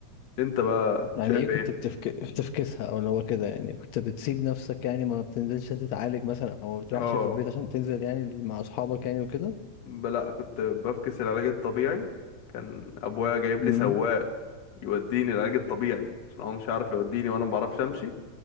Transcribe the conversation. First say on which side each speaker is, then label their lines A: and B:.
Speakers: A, on the left; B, on the left.
A: انت بقى
B: يعني
A: شايف
B: ايه كنت
A: ايه؟
B: بتفك... بتفكسها او اللي هو كده يعني كنت بتسيب نفسك يعني ما بتنزلش تتعالج مثلا او ما بتريحش
A: اه
B: في البيت عشان تنزل يعني مع اصحابك يعني وكده
A: ب- لأ كنت بفكس العلاج الطبيعي كان أبويا جايب
B: امم
A: لي سواق يوديني العلاج الطبيعي عشان هو مش عارف يوديني وأنا مبعرفش أمشي